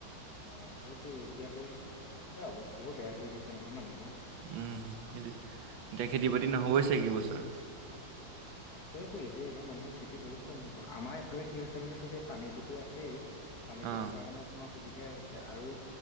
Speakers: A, on the left; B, on the right.
A: অঁ সেইটো এতিয়াতো সেই অৱস্থাবোৰ বেয়া কৰি দিছে নহয় মানুহ।
B: উম সেইটো এতিয়া খেতি বাতি নহবই ছাগে এই বছৰ
A: সেইটো এতিয়া এইবাৰ মানুহৰ খেতি বহুত কম হব আমাৰ এইফালে কি হৈছে মানে তো সেই পানীতো আছেই। পানীটো
B: অ
A: থকাৰ কাৰণে অকণমান সুবিধা। উঠিয়াই হৈছে আৰু